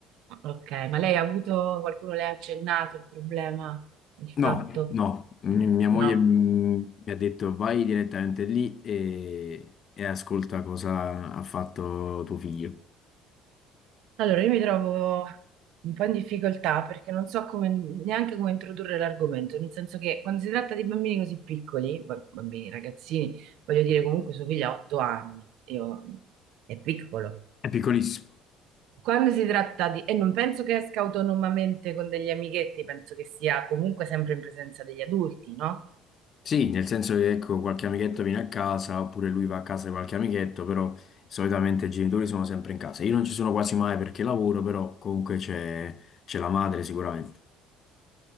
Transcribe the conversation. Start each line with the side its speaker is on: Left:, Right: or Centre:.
Right: Ok, ma lei ha avuto, qualcuno le ha accennato il problema, il
Left: No,
Right: fatto?
Left: no, Mi- mia
Right: No.
Left: moglie mm, mi ha detto vai direttamente lì e, e ascolta cosa ha fatto tuo figlio.
Right: Allora, io mi trovo un po' in difficoltà perché non so come- neanche come introdurre l'argomento, nel senso che quando si tratta di bambini così piccoli, b- bambini, ragazzini, voglio dire comunque suo figlio ha otto anni, io- è piccolo.
Left: È piccolissimo.
Right: Quando si tratta di... e non penso che esca autonomamente con degli amichetti, penso che sia comunque sempre in presenza degli adulti, no?
Left: Sì, nel senso che ecco, qualche amichetto viene a casa oppure lui va a casa di qualche amichetto, però solitamente i genitori sono sempre in casa. Io non ci sono quasi mai perché lavoro, però comunque c'è c'è la madre sicuramente.